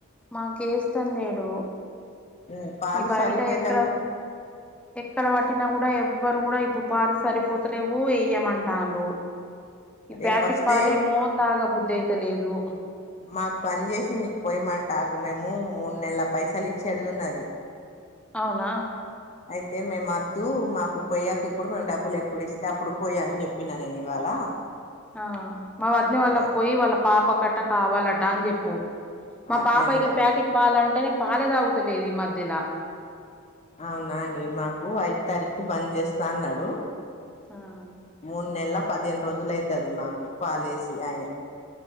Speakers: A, in the centre; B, on the left.
A: మాకు ఏస్తం లేడు
B: ఉమ్, పాలు
A: ఈ బయట
B: సరిపోయితలే
A: ఎక్కడ ఎక్కడ పట్టినా కూడా ఎవ్వరూ కూడా ఇప్పుడు పారి సరిపోతలేవు ఏయ్యమంటాండ్రు ఈ
B: రేపు
A: ప్యాకెట్
B: వస్తే
A: పాలు ఏమో తాగబుద్ధి అయితలేదు
B: మాకు బంద్ చేసి మీకు పొయ్యమంటా ఆగు మేము మూడు నెలల పైసలు ఇచ్చేడుదున్నది
A: అవునా
B: అయితే మేం అద్దు మాకు పోయ్యకు ఇప్పుడు మేము డబ్బులు ఎప్పుడు ఇస్తే అప్పుడు పొయ్ అని చె ప్పినా నేను ఇవాళ
A: ఆ మా వదిన వాళ్ళకు
B: అయ్,
A: పొయ్యి వాళ్ళ పాపకు అట కావాలట అని చెప్పు మా
B: అట్లనే
A: పాపైకే
B: చెప్
A: ప్యాకెట్ పాలు అంటేనే పాలే తాగుతలేదు ఈ మధ్యలా
B: అవునా అండి మాకు ఐదు తారీఖు బంద్ చేస్తా అన్నాడు
A: ఆం
B: మూడు నెలల పదిహేను రోజులు అయితది మాకు పాలేసి ఆయనే